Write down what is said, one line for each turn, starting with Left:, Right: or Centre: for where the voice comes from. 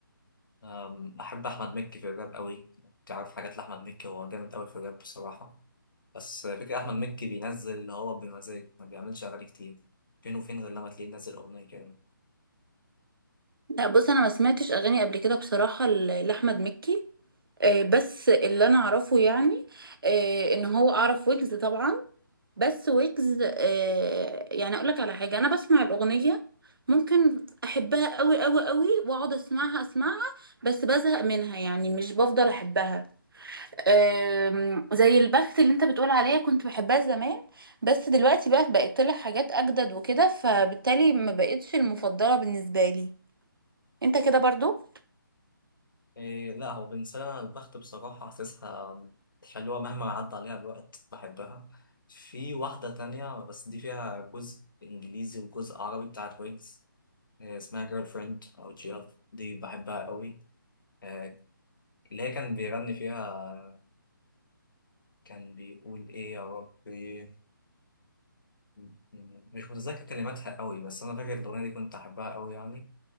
Left: آم، بحب أحمد مكي في الراب أوي تعرف حاجات لأحمد مكي هو جامد أوي في الراب بصراحة بس فكرة أحمد مكي بينزل اللي هو بمزاج ما بيعملش أغاني كتير فين وفين غير لما تلاقيه منزل أغنية كده
Right: لا بص انا ما سمعتش اغاني قبل كده بصراحه ل- لاحمد مكي آه، بس اللي انا اعرفه يعني آه، ان هو اعرف ويجز طبعا بس ويجز آه، يعني اقول لك على حاجه انا بسمع الاغنيه ممكن احبها قوي قوي قوي واقعد اسمعها اسمعها بس بزهق منها يعني مش بفضل احبها آم، زي البخت اللي انت بتقول عليها كنت بحبها زمان بس دلوقتي بقى بقت طلع حاجات اجدد وكده فبالتالي ما بقتش المفضله بالنسبه لي انت كده برضو
Left: إيه لا هو بالنسبة لي أنا البخت بصراحة حاسسها حلوة مهما عدى عليها الوقت بحبها في واحدة تانية بس دي فيها جزء إنجليزي وجزء عربي بتاعت ويجز إيه اسمها جيرل فريند أو جيرل دي بحبها قوي إيه اللي هي كان بيغني فيها كان بيقول إيه يا ربي م- م- مش متذكر كلماتها قوي بس أنا فاكر الأغنية دي كنت أحبها قوي يعني